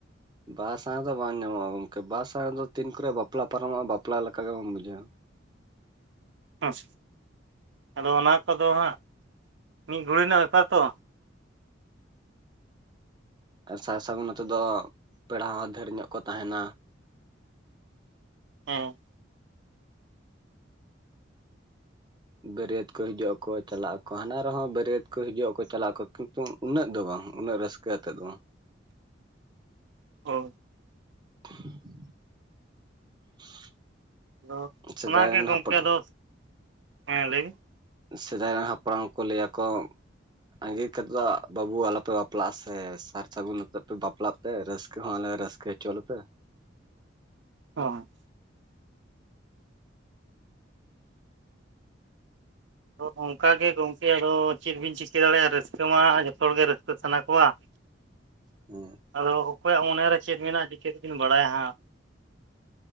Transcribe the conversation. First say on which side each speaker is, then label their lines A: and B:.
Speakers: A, on the right; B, on the right.
A: ᱵᱟᱦᱟᱥᱟᱦᱟᱸ ᱫᱚ ᱵᱟᱝ ᱧᱟᱢᱚᱜ ᱟ, ᱜᱚᱝᱠᱮ ᱵᱟᱦᱟᱥᱟᱦᱟᱸ ᱫᱚ ᱛᱤᱱ ᱠᱟᱨᱮ ᱵᱟᱯᱞᱟ ᱯᱟᱨᱚᱢᱚᱜᱼᱟ ᱵᱟᱯᱞᱟ ᱞᱮᱠᱟ ᱵᱟᱝ ᱵᱩᱡᱷᱟᱹᱣ ᱟ,
B: ᱦᱮᱸ ᱟᱫᱚ ᱚᱱᱟ ᱠᱚᱫᱚ ᱦᱟᱸᱜ ᱢᱤᱫ ᱜᱷᱩᱲᱤ ᱨᱮᱱᱟᱜ ᱵᱮᱯᱟᱨ ᱛᱚ,
A: ᱦᱮᱸ ᱥᱟᱨ ᱥᱟᱹᱜᱩᱱ ᱟᱛᱮ ᱫᱚ ᱯᱮᱲᱟ ᱦᱚᱸ ᱰᱷᱮᱨ ᱧᱚᱜ ᱠᱚ ᱛᱟᱦᱮᱱᱟ ᱾
B: ᱦᱩᱸ
A: ᱵᱟᱹᱨᱭᱟᱹᱛ ᱠᱚ ᱦᱤᱡᱩᱜ ᱟᱠᱚ ᱪᱟᱞᱟᱜ ᱟᱠᱚ ᱦᱟᱱᱟ ᱨᱮᱦᱚᱸ ᱵᱟᱹᱨᱭᱟᱹᱛ ᱠᱚ ᱦᱤᱡᱩᱜ ᱟᱠᱚ ᱪᱟᱞᱟᱜ ᱟᱠᱚ ᱠᱤᱱᱛᱩ, ᱩᱱᱟᱹᱜ ᱫᱚ ᱵᱟᱝ ᱩᱱᱟᱹᱜ ᱨᱟᱹᱥᱠᱟᱹ ᱟᱛᱮᱜ ᱫᱚ ᱵᱟᱝ,
B: ᱦᱚ
A: <unintelligible>
B: ᱚ
A: ᱥᱮᱫᱟᱭ
B: ᱚᱱᱟᱜᱮ
A: ᱨᱮᱱ
B: ᱜᱚᱢᱠᱮ
A: ᱦᱟᱯᱲᱟᱢ
B: ᱟᱫᱚ ᱦᱮᱸ ᱞᱟᱹᱭ ᱵᱤᱱ
A: ᱥᱮᱫᱟᱭ ᱨᱮᱱ ᱦᱟᱯᱲᱟᱢ ᱠᱚ ᱞᱟᱹᱭ ᱟᱠᱚ, ᱟᱸᱜᱤᱨ ᱠᱟᱛᱮᱫ ᱫᱚ ᱵᱟᱹᱵᱩ ᱟᱞᱚᱯᱮ ᱵᱟᱯᱞᱟᱜᱼᱟ, ᱥᱮ ᱥᱟᱨ ᱥᱟᱹᱜᱩᱱ ᱟᱛᱮᱫ ᱯᱮ ᱵᱟᱯᱞᱟᱜ ᱯᱮ ᱨᱟᱹᱥᱠᱟᱹ ᱦᱚᱸ ᱟᱞᱮ ᱨᱟᱹᱥᱠᱟᱹ ᱦᱚᱪᱚ ᱞᱮᱯᱮ ᱾
B: ᱦᱮᱸ ᱚ ᱚᱱᱠᱟ ᱜᱮ ᱜᱚᱢᱠᱮ ᱟᱫᱚ ᱪᱮᱫ ᱵᱤᱱ ᱪᱤᱠᱟᱹ ᱫᱟᱲᱮᱭᱟᱜᱼᱟ ᱨᱟᱹᱥᱠᱟᱹ ᱢᱟ ᱡᱚᱛᱚ ᱦᱚᱲᱜᱮ ᱨᱟᱹᱥᱠᱟᱹ ᱥᱟᱱᱟ ᱠᱚᱣᱟ ᱾
A: ᱦᱮᱸ
B: ᱟᱫᱚ ᱚᱠᱚᱭᱟᱜ ᱢᱚᱱᱮᱨᱮ ᱪᱮᱫ ᱢᱮᱱᱟᱜᱼᱟ ᱪᱤᱠᱟᱹ ᱛᱮᱵᱤᱱ ᱵᱟᱲᱟᱭᱟ ᱦᱟᱸᱜ ᱾